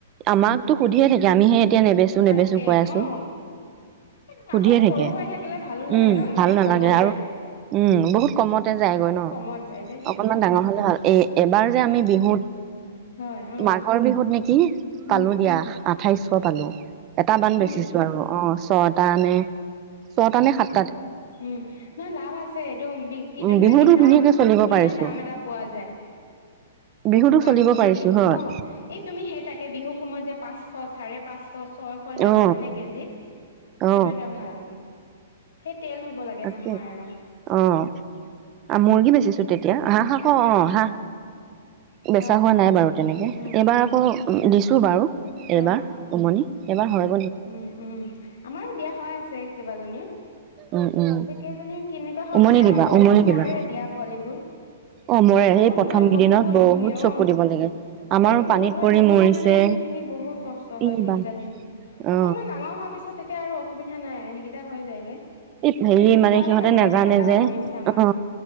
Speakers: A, on the right; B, on the left.
A: আমাকতো সুধিয়ে থাকে আমিহে এতিয়া নেবেচো
B: তাক
A: নেবেচো কৈ
B: এ
A: আছো
B: অ নহয়
A: সুধিয়ে
B: আকৌ
A: থাকে
B: সৰু হৈ থাকিলে ভালো নালাগে
A: উম
B: ন ইমান
A: ভাল নালাগে
B: কমতে
A: আৰু উম বহুত কমতে যায়গৈ ন
B: কমত যায় যে সেইটো
A: অকনমান
B: কাৰণে
A: ডাঙৰ হলে ভাল এ এবাৰ যে আমি বিহুত
B: হয় অ
A: মাঘৰ বিহুত নেকি
B: উম
A: পালো দিয়া আঠাইশশ পালো এটা বান
B: হয়
A: বেচিছো
B: নেকি
A: আৰু অ ছটা নে ছটা নে সাত
B: উম নহয় লাভ আছে এইটো বিকটোত
A: উম
B: মানে
A: বিহুতো
B: কি দাম
A: ধুনীয়াকে চলিব
B: ধুনীয়া
A: পাৰিছো
B: দাম এটা পোৱা যায় য
A: বিহুতো
B: হাঁহ
A: চলিব
B: মুৰ্গী
A: পাৰিছো হয়
B: অ এই তুমি সেই তাকে বিহুৰ সময়ত যে পাঁচশ চাৰে পাঁচশ ছয়শলে
A: অ
B: হয় হয়নেে কেজি সেইটো
A: অ
B: এটা ভাল সেই তেল হ'ব লাগে
A: তাকে
B: হাঁহৰ আৰু
A: অ মুৰ্গী বেচিছো তেতিয়া হ হ অ', অ' হা বেচা
B: হয়
A: হোৱা
B: হয়
A: নাই বাৰু তেনেকে
B: উম
A: এইবাৰ
B: উম
A: আকৌ দিছো বাৰু এইবাৰ
B: অ
A: উমনি এইবাৰ হৰত
B: উম উম আমাৰো দিয়া হৈ আছে কেইবাজনী
A: উম উম
B: এতিয়া কেইজনী কেনেকুৱা হয়
A: উমনি
B: মানে
A: দিবা
B: আৰু বহুত
A: উমনি
B: মৰে
A: দিবা
B: দিয়া পোৱালিবোৰ
A: অ মৰে
B: বহুত
A: সেই প্ৰথম
B: মৰে
A: কেইদিনত
B: অ বহুত খিনি
A: চকু
B: অ
A: দিব লাগে আমাৰো
B: এই সৰু
A: পানীত
B: হৈ
A: পৰি
B: থাকোতে
A: মৰিছে
B: মানে সেই খিনি বহুত কষ্ট হয়
A: ই
B: সেইকেইটা
A: বা
B: দিন
A: অ
B: অকনমান ডাঙৰ হোৱাৰ পিছত তেতিয়া আৰু অসুবিধা নাই সেইকেইটা হয় যায়গে
A: এই
B: কিন্তু
A: হেৰি মানে
B: পোৱালি
A: সিহঁতে
B: থাকোতে
A: নাজানে
B: কেইবাটাও
A: যে
B: মৰিছে
A: অ
B: আমাৰ